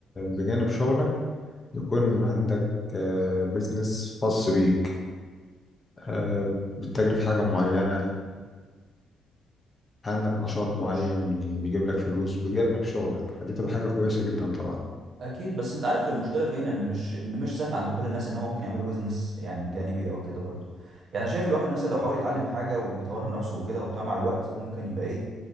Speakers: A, on the left (about 25°); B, on the right (about 60°).
A: بجانب شغلك يكون عندك بيزنس خاص بيك آه، بتتاجر في حاجة معينة عندك نشاط
B: مش
A: معين بيجيب لك فلوس بجانب شغلك فدي تبقى حاجة كويسة جدا طبعا
B: اكيد بس انت عارف المشكله فين ان مش ان مش سهل عند كل الناس ان هم ممكن يعملوا بيزنس يعني جانبي او كده برضه يعني انا شايف الواحد مثلا لو حاول يتعلم حاجه ويطور من نفسه وكده وبتاع مع الوقت ممكن يبقى ايه